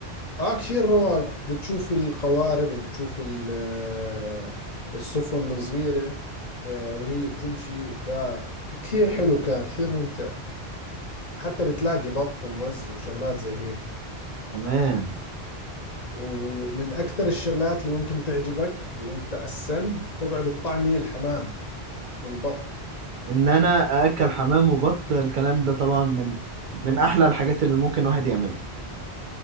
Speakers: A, on the left; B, on the right.
A: اه كثير رواق بتشوف القوارب وبتشوف ال- آه، السفن الصغيرة آه، وهي بتمشي فكثير حلو كان كثير ممتع حتى بتلاقي بط ووز وشغلات زي هيك
B: تمام
A: ومن أكثر الشغلات اللي ممكن تعجبك وانت على السن تقعد تطعمي الحمام والبط
B: ان انا اكل حمام وبط الكلام ده طبعا من من احلى الحاجات اللي ممكن واحد يعملها